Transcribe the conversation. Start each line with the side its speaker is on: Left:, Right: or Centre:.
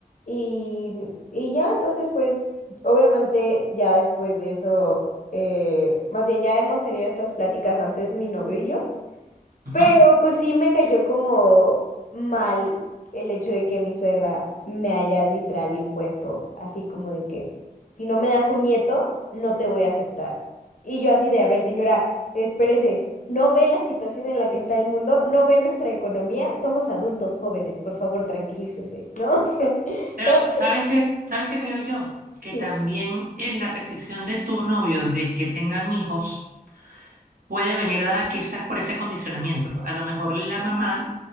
Left: Y, y ya entonces, pues, obviamente ya después de eso, eh, más bien ya hemos tenido estas pláticas antes mi novio y yo.
Right: Ujú.
Left: Pero pues sí me cayó como mal el hecho de que mi suegra me haya literal impuesto, así como de que si no me das un nieto, no te voy a aceptar. Y yo así de, a ver, señora, espérese, no ve la situación en la que está el mundo, no ve nuestra economía, somos adultos jóvenes, por favor, tranquilícese, ¿no? <laughs> O sea,
Right: Pero
Left: entonces,
Right: ¿sabes qué, sabes qué creo yo?
Left: sí,
Right: Que también en la petición de tu novio de que tengan hijos puede venir dada quizás por ese condicionamiento. A lo mejor la mamá